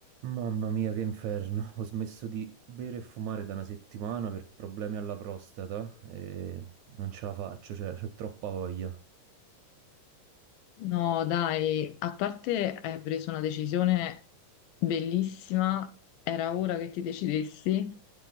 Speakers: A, on the right; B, on the left.
A: Mamma mia, che inferno. Ho smesso di bere e fumare da una settimana per problemi alla prostata e non ce la faccio, cioè, ho troppa voglia.
B: No, dai, a parte hai preso una decisione bellissima, era ora che ti decidessi,